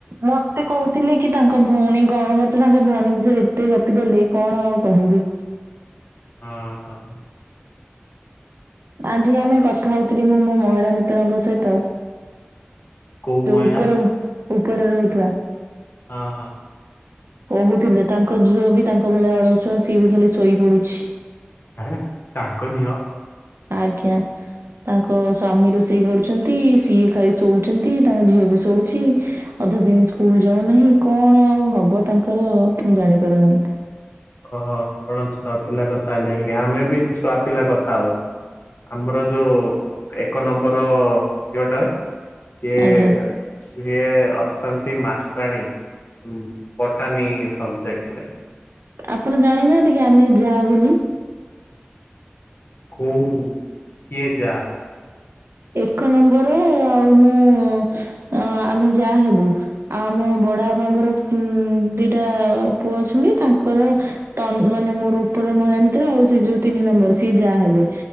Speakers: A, on the right; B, on the left.
A: ମତେ କହୁଥିଲେ କି ତାଙ୍କ ଭଉଣୀ କଣ କରୁଛି ନା ତା ଭଉଣୀ ବିଷେୟେରେ ଏତେ ଗପି ଦେଲି କଣ ଆଉ କହିବି।
B: ହଁ ହଁ।
A: ଆଜି ଆମେ କଥା ହଉଥିଲି ମୁଁ ମୋ ମହିଳା ମିତ୍ରଙ୍କ ସହିତ।
B: କୋଉ
A: ସେ
B: ମହିଳା
A: ଉପେରେ ଉପେରେ ରହୁଥିଲା।
B: ହଁ ହଁ
A: କହୁଥିଲେ ତାଙ୍କ ଝିଅ ବି ତାଙ୍କ ଭଳିଆ ଅଳସୁଆ ସିଏ ବି ଖାଲି ଶୋଇ ପଡୁଛି।
B: ଆଁ ତାଙ୍କ ଝିଅ
A: ଆଜ୍ଞା। ତାଙ୍କ ସ୍ଵାମୀ ରୋଷେଇ କରୁଛନ୍ତି ସିଏ ଖାଇ ଶୋଉଛନ୍ତି ତାଙ୍କ ଝିଅ ବି ଶୋଉଛି। ଅଧା ଦିନି ସ୍କୁଲ ଯାଉ ନାହିଁ କଣ ଆଉ ହବ ତାଙ୍କର ମୁଁ ଜାଣିପାରୁ ନାହିଁ।
B: ଓହୋ ଆପଣ ଛୁଆ ପିଲା କଥା ହେଲେଣି କି ଆମେ ବି ଛୁଆ ପିଲା କଥା ହଉ। ଆମର ଯୋଉ ଏକ ନମ୍ବର ଝିଅଟା ସିଏ
A: ଆଜ୍ଞା
B: ସିଏ ଅଛନ୍ତି ମାଷ୍ଟରାଣୀ ଉଁ ବଟାନୀ ସବଜେକ୍ଟରେ।
A: ଆପଣ ଜାଣିନାହାନ୍ତି କି ଆମେ ଯା ବିଲି।
B: କୋଉ କିଏ ଯା?
A: ଏକ ନମ୍ବର ଆଉ ମୁଁ ଆଁ ଆମେ ଯା ହେବୁ। ଆଉ ମୋ ବଡାଆପାଙ୍କର ହୁଁ ଦିଟା ପୁଅ ଅଛନ୍ତି ତାଙ୍କର ତ ଉଁ ଉଁ ମାନେ ମୋର ଉପର ମହିଳା ମିତ୍ର ଆଉ ସେ ଯୋଉ ତିନି ନମ୍ବର ସିଏ ଯା ହେବେ।